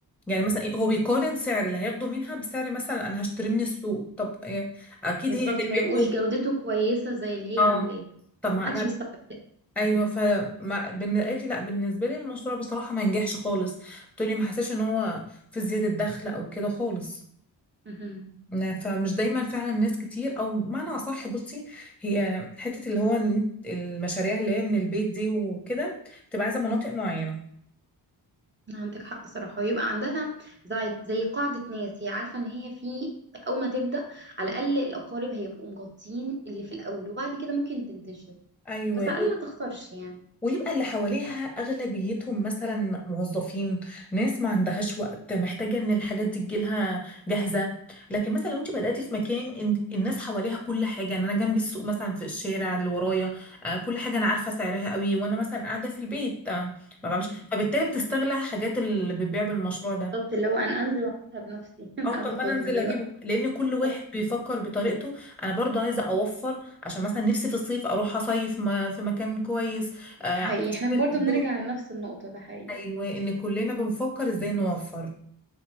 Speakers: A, in the centre; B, on the right.
A: يعني مثلا إيه، هو بيقارن سعر اللي هياخده منها بسعر مثلا انا هشتريه من السوق طب آه، اكيد
B: بالظبط
A: هي جابته
B: ما يبقوش جودته كويسة زي اللي
A: اه
B: هي عاملاه
A: طب
B: بس
A: ما
B: محدش
A: انا
B: بيستوعب ده مهم.
A: ايوه ف ما- بالن- قالت لي لا بالنسبه لي المشروع بصراحه ما نجحش خالص قلت لي ما حسيتش ان هو في زياده دخل او كده خالص
B: مهم.
A: ن- فمش دايما فعلا ناس كتير او معنى اصح بصي هي حته اللي هو ال- المشاريع اللي هي من البيت دي وكده بتبقى عايزه مناطق معينه
B: عندك حق صراحة ويبقى عندها زي زي قاعدة ناس هي عارفة ان هي في اول ما تبدأ على الاقل الاقارب هيبقوا مغطين اللي في الاول وبعد كده ممكن تنتشر
A: ايوه
B: بس على الاقل ما تخسرش يعني
A: ويبقى اللي حواليها أغلبيتهم مثلا موظفين ناس ما عندهاش وقت محتاجة إن الحاجات دي تجيلها جاهزة لكن مثلا لو أنت بدأتي في مكان إن- الناس حواليها كل حاجة يعني أنا جنبي السوق مثلا في الشارع اللي ورايا آه، كل حاجة أنا عارفة سعرها قوي وأنا مثلا قاعدة في البيت آه، ما بعملش
B: مم.
A: فبالتالي بتستغلى حاجات اللي بتبيع بالمشروع ده
B: بالظبط اللي هو انا انزل واعملها بنفسي <laughs> انا
A: اه
B: قاعدة
A: طب
B: فاضية
A: ما انا انزل
B: دلوقتي
A: اجيبه لان كل واحد
B: صح،
A: بيفكر بطريقته انا برضو عايزه اوفر عشان مثلا نفسي في الصيف اروح اصيف ما- في مكان كويس آه،
B: ده
A: عايزه
B: حقيقي
A: اشتري
B: احنا برضو
A: هدوم
B: بنرجع لنفس النقطة ده حقيقي
A: ايوه ان كلنا بنفكر ازاي نوفر